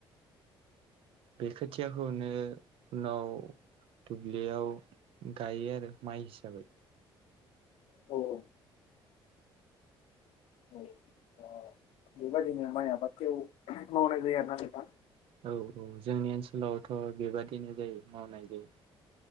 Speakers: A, on the right; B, on the left.
A: बे खोथियाखौनो उनाव दुब्लियाव गायो आरो माइ हिसाबै
B: औ औ ऐ ओ बेबायदिनो माइ आबादयाव मावनाय जायो आरो ना नोंथां
A: औ औ जोंनि ओनसोलावथ' बेबादिनो जायो मावनाय जायो